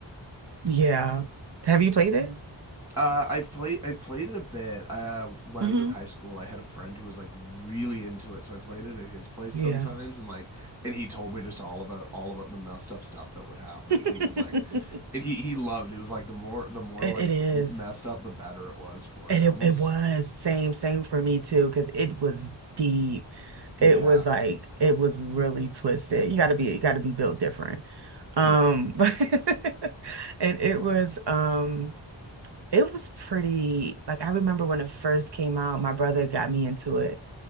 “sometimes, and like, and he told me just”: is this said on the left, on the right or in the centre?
Centre